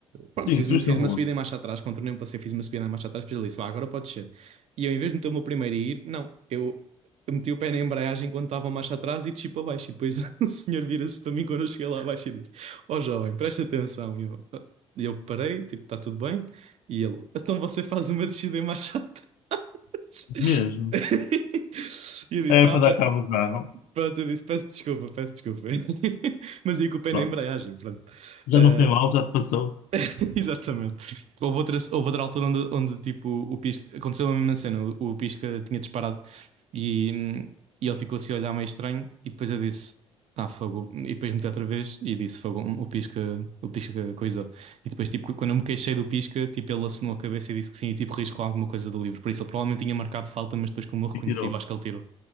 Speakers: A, on the right (about 45°); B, on the left (about 55°).
A: Pronto,
B: Sim,
A: fiz
B: subiste
A: uma, fiz
B: a rua.
A: uma subida em marcha atrás, contornei um passeio, fiz uma subida em marcha atrás, depois ele disse, vá, agora pode descer. E eu, em vez de meter o meu primeiro a ir, não, eu, eu meti o pé na embreagem quando estava a marcha atrás e desci para baixo. E depois <laughs> o senhor vira-se para mim quando eu cheguei lá abaixo e diz: Ó jovem, presta atenção. E eu, "Ah." E eu parei, tipo, está tudo bem. E ele, então você faz uma descida em marcha atrás.
B: Mesmo.
A: <laughs> E eu disse,
B: Era
A: ah,
B: para
A: pe-
B: dar cabo do carro.
A: pronto, eu disse, peço desculpa, peço desculpa. <laughs> Mas digo o pé
B: Pronto.
A: na embreagem, pronto.
B: Já
A: Eh,
B: não foi mal, já te passou
A: <laughs> Exatamente. Houve outra, houve outra altura onde, onde tipo, o Pisca. Aconteceu a mesma cena. O, o Pisca tinha disparado e, hum, e ele ficou assim a olhar meio estranho. E depois eu disse: Ah, fogo. E depois meti outra vez e disse: Fogo, um, o Pisca, o Pisca coisou. E depois, tipo, quando eu me queixei do Pisca, tipo, ele assinou a cabeça e disse que sim. E tipo, riscou alguma coisa do livro. Por isso, ele provavelmente tinha marcado falta, mas depois, como eu reconheci,
B: e tirou.
A: eu acho que ele tirou.